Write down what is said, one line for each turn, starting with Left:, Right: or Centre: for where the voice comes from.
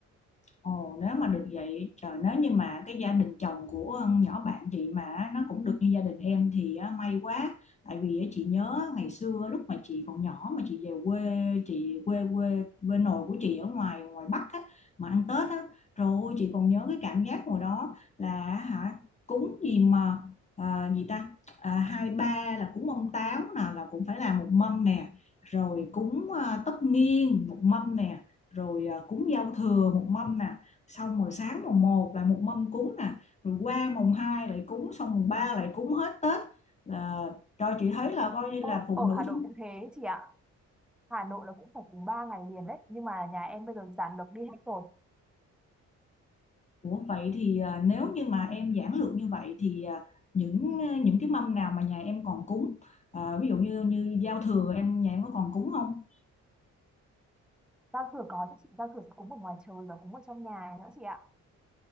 Left: Ồ, nếu mà được vậy, trời nếu như mà cái gia đình chồng của con nhỏ bạn chị mà nó cũng được như gia đình em thì á, may quá. Tại vì á, chị nhớ ngày xưa lúc mà chị còn nhỏ mà chị về quê, chị quê quê quê nội của chị ở ngoài ngoài Bắc á, mà ăn Tết á, rồi chị còn nhớ cái cảm giác hồi đó là hả cúng gì mà à, gì ta à, hai ba là cúng ông táo nè là cũng phải làm một mâm nè, rồi cúng à, tất niên một mâm nè, rồi à, cúng giao thừa một mâm nè xong rồi sáng mùng một lại một mâm cúng nè rồi qua mùng 2 lại cúng xong mùng 3 lại cúng hết Tết là cho chị thấy là coi như
Centre: Ô,
Left: là phụ
Centre: ở
Left: nữ
Centre: Hà Nội
Left: chúng
Centre: cũng thế chị ạ Hà Nội là cũng phải cúng 3 ngày liền đấy nhưng mà nhà em bây giờ giản lược đi hết rồi
Left: Ủa vậy thì à, nếu như mà em giản lược như vậy thì à, những à, những cái mâm nào mà nhà em còn cúng à, ví dụ như như giao thừa em nhà em có còn cúng không
Centre: giao thừa có chứ chị giao thừa sẽ cúng ở ngoài trời và cúng ở trong nhà nữa chị ạ